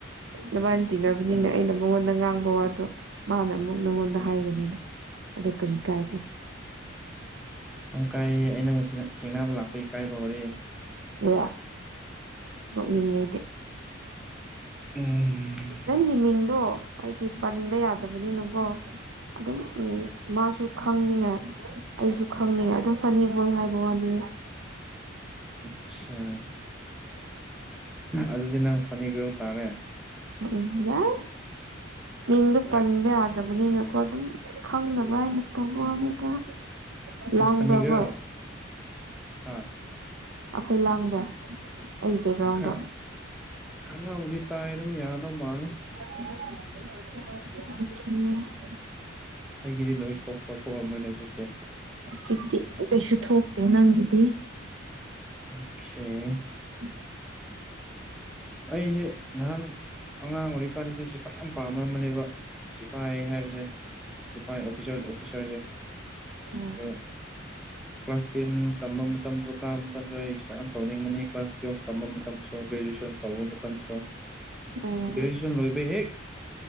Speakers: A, on the right; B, in the centre.
A: ꯅꯕꯥꯟ ꯇꯤꯟꯅꯕꯅꯤꯅ
B: ꯑꯩ
A: ꯑꯩꯅ ꯃꯉꯣꯟꯗ ꯉꯥꯡꯕ ꯋꯥꯗꯣ ꯃꯥꯅ ꯑꯃꯨꯛ ꯅꯪꯉꯣꯟꯗ ꯍꯥꯏꯒꯅꯤꯅ ꯑꯗꯣ ꯀꯔꯤ ꯀꯥꯏꯕ꯭ꯔꯣ
B: ꯌꯥꯝ ꯀꯥꯏꯌꯦ ꯑꯩ ꯅꯪꯕꯨ ꯊꯦꯡꯅ ꯊꯦꯡꯅꯕ ꯂꯥꯛꯄ ꯏꯀꯥꯏꯕ ꯍꯧꯔꯦ
A: <unintelligible> ꯅꯣꯛꯅꯤꯡꯉꯦ ꯑꯩꯗꯤ
B: ꯎꯝ
A: ꯅꯪꯒꯤ ꯃꯤꯡꯗꯣ ꯍꯥꯏꯗꯤ ꯄꯟꯕ ꯌꯥꯗꯕꯅꯤꯅꯀꯣ ꯑꯗꯨꯝ ꯎꯝ ꯃꯥꯁꯨ ꯈꯪꯅꯤꯡꯉꯦ ꯑꯩꯁꯨ ꯈꯪꯅꯤꯡꯉꯦ ꯑꯗꯨꯝ ꯐꯅꯤ ꯕꯣꯏ ꯍꯥꯏꯕ ꯋꯥꯅꯤ
B: ꯑꯆꯥ ꯑꯗꯨꯗꯤ ꯅꯪ ꯐꯅꯤꯒꯔꯜ ꯇꯥꯔꯦ
A: ꯎꯝ ꯌꯥꯏ ꯃꯤꯡꯗꯨ ꯄꯟꯕ
B: ꯅꯪ
A: ꯌꯥꯗꯕꯅꯤꯅ ꯀꯣ ꯑꯗꯨꯝ ꯈꯪꯅꯕ ꯍꯥꯏꯅ ꯇꯧꯕ ꯋꯥꯅꯤꯗ ꯂꯥꯡꯕ꯭ꯔꯥ
B: ꯐꯅꯤꯒꯔꯜ
A: ꯈꯣꯏ
B: ꯑꯥ
A: ꯑꯩꯈꯣꯏ ꯂꯥꯡꯕ꯭ꯔꯥ ꯑꯩ ꯕꯦꯛꯒ꯭ꯔꯥꯎꯟꯗꯣ
B: ꯈꯔ ꯈꯔꯕꯨꯗꯤ ꯇꯥꯏ ꯑꯗꯨꯝ ꯌꯥꯗꯧ ꯃꯥꯜꯂꯦ
A: <unintelligible>
B: ꯑꯩꯒꯤꯗꯤ ꯅꯣꯏꯁ ꯊꯣꯛꯄ ꯊꯣꯛꯔꯝꯃꯣꯏꯅꯦ ꯍꯧꯖꯤꯛꯇꯤ
A: ꯖꯤꯛꯇꯤ ꯀꯩꯁꯨ ꯊꯣꯛꯇꯦ ꯅꯪꯒꯤꯗꯤ
B: <unintelligible>
A: <unintelligible>
B: ꯑꯩꯁꯦ ꯅꯍꯥꯟ ꯑꯉꯥꯡ ꯑꯣꯏꯔꯤꯀꯥꯟꯗꯗꯤ ꯁꯤ ꯐꯥꯏ ꯌꯥꯝ ꯄꯥꯝꯃꯥꯝꯕꯅꯦꯕ ꯁꯤꯐꯥꯏ ꯍꯥꯏꯕꯁꯦ ꯁꯤꯐꯥꯏ ꯑꯣꯐꯤꯁꯔ ꯑꯣꯐꯤꯁꯥꯔꯁꯦ
A: ꯎꯝ
B: ꯑꯗꯣ ꯀ꯭ꯂꯥꯁ ꯇꯦꯟ ꯇꯝꯕ ꯃꯇꯝꯁꯨ ꯀꯥꯕ ꯃꯇꯝꯁꯨ ꯑꯩ ꯁꯨꯃꯥꯏꯅ ꯌꯥꯝ ꯇꯧꯅꯤꯡꯕꯅꯤ ꯀ꯭ꯂꯥꯁ <unintelligible> ꯃꯇꯝꯁꯨ ꯒ꯭ꯔꯦꯖꯨꯏꯁꯟ ꯇꯧꯕ ꯃꯇꯝꯁꯨ
A: ꯑꯥ
B: ꯭ꯒꯔꯦꯖꯨꯌꯦꯁꯟ ꯂꯣꯏꯕ ꯍꯦꯛ